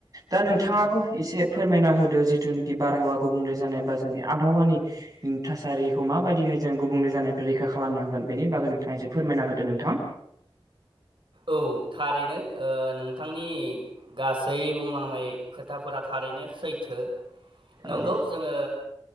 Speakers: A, on the right; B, on the right.
A: दा नोंथाङाबो एसे फोरमायना होदो जिथुनिखि बारहावा गुबुंले जानाय बा जोंनि आबहावानि <inaudible> थासारिखौ माबायदिहाय जों गुबुंले जानायनिफ्राय रैखा खालामनो हागोन बेनि बागै नोंथाङ एसे फोरमायना होदो नोंथां।
B: औ थारैनो नोंथांनि। गासै बुंलांनाय खोथाफोरा थारैनो सैथो नोंगौ।
A: औ
B: जोङो